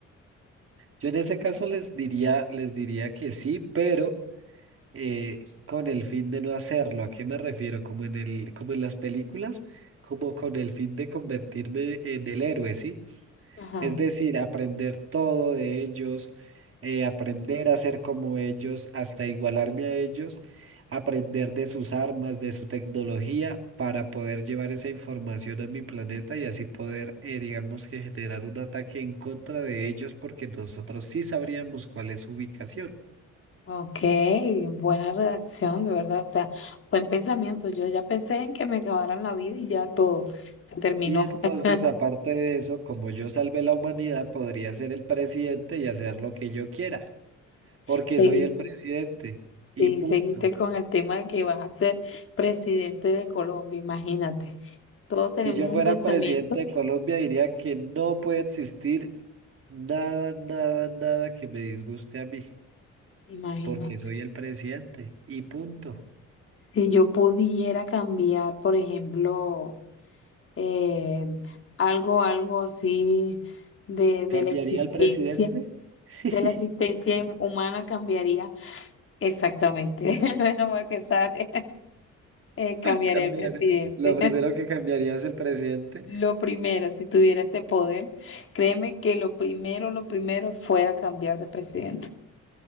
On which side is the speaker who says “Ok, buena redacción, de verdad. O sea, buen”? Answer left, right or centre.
Left